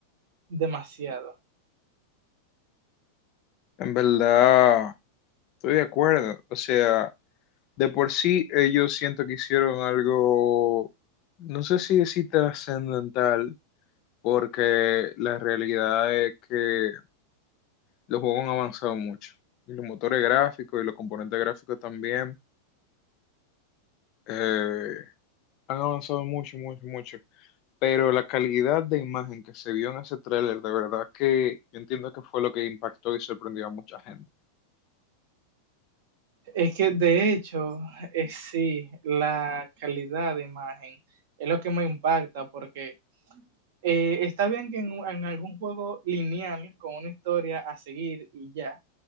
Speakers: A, on the right; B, on the left.
A: demasiado.
B: En verdad, estoy de acuerdo. O sea, De por sí, ellos siento que hicieron algo, no sé si decir trascendental, porque la realidad es que los juegos han avanzado mucho. Y los motores gráficos y los componentes gráficos también eh, han avanzado mucho, mucho, mucho. Pero la calidad de imagen que se vio en ese tráiler, de verdad que yo entiendo que fue lo que impactó y sorprendió a mucha gente.
A: Es que de hecho, es sí, la calidad de imagen es lo que me impacta porque eh, está bien que en, en algún juego lineal con una historia a seguir y ya,